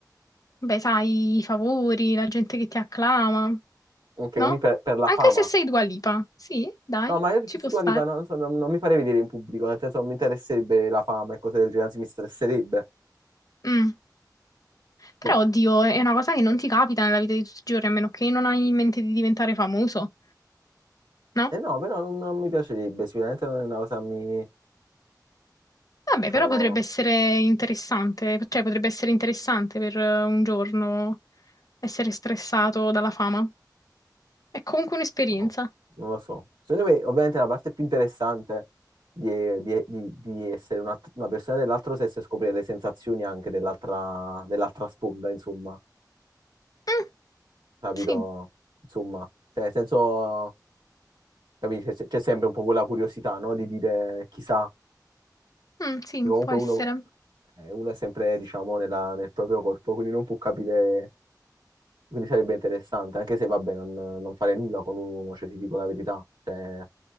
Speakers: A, on the left; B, on the right.
A: Beh, sai, i favori, la gente che ti acclama.
B: Ok,
A: No?
B: quindi per, per la
A: Anche
B: fama.
A: se sei Dua Lipa. Sì, dai,
B: No, ma io se
A: ci
B: fossi
A: può
B: Dua
A: stare.
B: Lipa no, non, so, non- non mi farei vedere in pubblico, nel senso non mi interesserebbe la fama e cose del genere, anzi mi stresserebbe,
A: Mm. Però,
B: sì.
A: oddio, è una cosa che non ti capita nella vita di tutti i giorni, a meno che non hai in mente di diventare famoso, no?
B: E no, però non, non mi piacerebbe, sicuramente non è una cosa che mi,
A: Vabbè,
B: diciamo...
A: però potrebbe essere interessante, cioè potrebbe essere interessante per eh, un giorno essere stressato dalla fama. È comunque un'esperienza.
B: No, non lo so. Secondo me, ovviamente, la parte più interessante di, di- di- di essere una, una persona dell'altro sesso è scoprire le sensazioni anche dell'altra dell'altra sponda, insomma,
A: Mm,
B: capito?
A: sì,
B: Insomma, cioè, nel senso, capisci, c'è c'è sempre un po' quella curiosità, no? Di dire chissà,
A: Mm, sì,
B: che comunque
A: può essere.
B: uno, eh, uno è sempre, diciamo, nella- nel proprio corpo, quindi non può capire, quindi sarebbe interessante, anche se, vabbè, non, non fare nulla con un uomo, cioè, ti dico la verità, cioè,